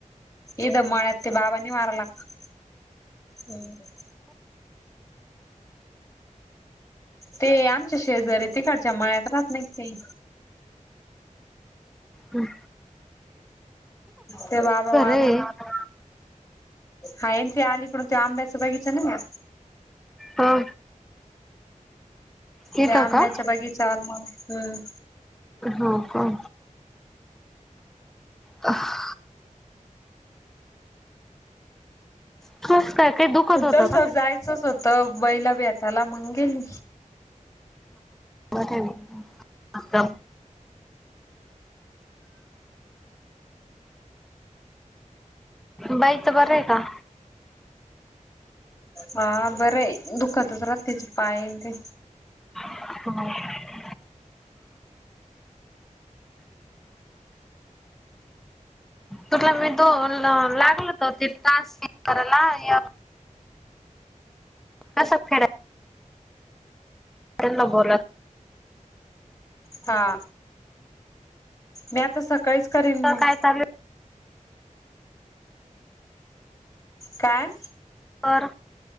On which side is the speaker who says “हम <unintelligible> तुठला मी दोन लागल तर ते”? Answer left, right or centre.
Centre